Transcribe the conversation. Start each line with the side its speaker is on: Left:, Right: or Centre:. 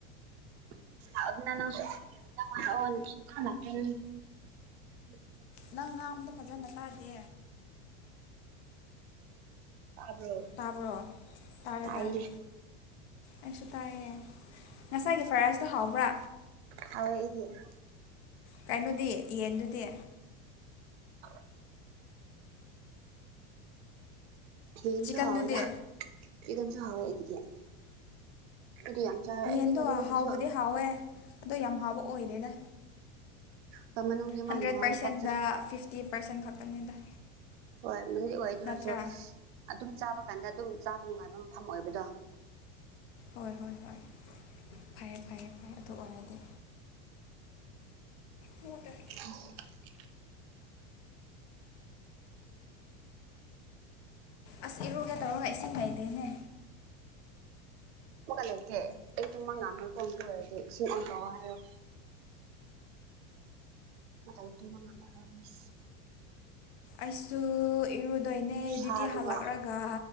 Right: ꯅ <unintelligible> <inaudible>
Left: ꯅꯪ ꯉꯥ ꯑꯗ ꯐꯖꯅ ꯇꯥꯗꯦ
Right: ꯑꯕ
Left: ꯇꯥꯕ꯭ꯔꯣ ꯇꯥꯔꯦ
Right: ꯇꯥꯏ
Left: ꯇꯥꯔꯦ ꯑꯩꯁꯨ ꯇꯥꯏꯌꯦ ꯉꯁꯥꯏꯒꯤ ꯐ꯭ꯔꯥꯏ ꯔꯥꯏꯁꯇꯣ ꯍꯥꯎꯕ꯭ꯔꯥ
Right: ꯍ ꯏꯗꯤ <inaudible>
Left: ꯀꯩꯅꯣꯗꯤ ꯌꯦꯟꯗꯨꯗꯤ
Right: ꯑ <unintelligible> <inaudible> ꯌꯦꯟꯁꯨ
Left: ꯆꯤꯀꯟꯗꯨꯗꯤ
Right: ꯍꯥꯎꯣꯏꯗ ꯀꯗꯝꯁꯨ ꯍꯋꯦ ꯑꯩꯒꯤꯗꯤ ꯑꯩꯗꯤ ꯌꯥꯝ ꯆꯥꯔꯦ
Left: ꯌꯦꯟꯗꯣ
Right: ꯑꯩꯗꯤ ꯃꯗꯨꯗꯒꯤꯁꯨ
Left: ꯍꯥꯎꯕꯗꯤ ꯍꯥꯎꯋꯦ ꯑꯗꯣ ꯌꯥꯝ ꯍꯥꯎꯕ ꯑꯣꯏꯗꯦꯗ
Right: ꯍꯣꯏ ꯃꯅꯨꯡꯗꯤ
Left: ꯍꯟꯗ꯭ꯔꯦꯠ
Right: ꯃꯥꯒꯤ ꯃꯍꯥꯎꯗꯤ
Left: ꯄꯥꯔꯁꯦꯟꯗ
Right: ꯄꯥꯛ ꯆꯥꯏ
Left: ꯐꯤꯐꯇꯤ ꯄꯥꯔꯁꯦꯟ ꯈꯛꯇꯅꯤꯗ
Right: ꯍꯣꯏ ꯃꯗꯨꯗꯤ ꯑꯣꯏ ꯑꯗꯨꯔꯁꯨ
Left: ꯅꯠꯇ꯭ꯔꯥ
Right: ꯑꯗꯨꯝ ꯆꯥꯕ ꯀꯥꯟꯗ ꯑꯗꯨꯝ ꯆꯥꯕ ꯅꯨꯡꯉꯥꯏꯕ ꯗ
Left: ꯍꯣꯏ ꯍꯣꯏ ꯍꯣꯏ ꯐꯩꯦ ꯐꯩꯦ ꯐꯩ ꯑꯗꯨ ꯑꯣꯏꯔꯗꯤ ꯍ ꯇ <unintelligible> <inaudible>
Right: ꯎ <unintelligible> <inaudible>
Left: ꯑꯁ ꯏꯔꯨꯒꯦ ꯇꯧꯔꯒ ꯏꯁꯤꯡ ꯂꯩꯥꯏꯇꯦꯅꯦ
Right: ꯃ ꯀ ꯂꯩꯇꯦ ꯑꯩ ꯇꯨꯝꯃ ꯉꯥ ꯀꯝꯗ ꯑꯣꯏꯔꯗꯤ ꯁꯤꯁꯤꯡ ꯑꯣꯟ ꯇ ꯍꯥꯏꯔꯣ ꯑ ꯇꯒꯤꯗꯨꯃ ꯉꯂꯔꯁ
Left: ꯑꯩꯁꯨ ꯏꯔꯨꯗꯣꯏꯅꯦ
Right: ꯈꯨꯁꯥꯗꯨꯒ
Left: ꯗ꯭ꯌꯨꯇꯤ ꯍꯜꯂꯛꯂꯒ